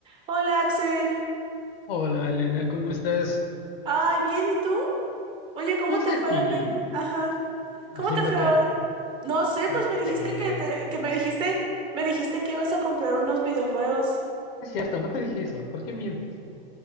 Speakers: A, on the right; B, on the left.
A: Hola Axel.
B: Hola Elena, ¿cómo estás?
A: Ay, bien, ¿y tú? Oye, ¿cómo
B: Pues
A: te
B: aquí,
A: fue hoy? Ajá.
B: haciendo
A: ¿Cómo te fue
B: qué?
A: hoy? No sé,
B: Este,
A: pues me dijiste que te- que
B: no
A: me dijiste,
B: sé.
A: me dijiste que ibas a comprar unos videojuegos.
B: Es cierto, no te dije eso. ¿Por qué mientes?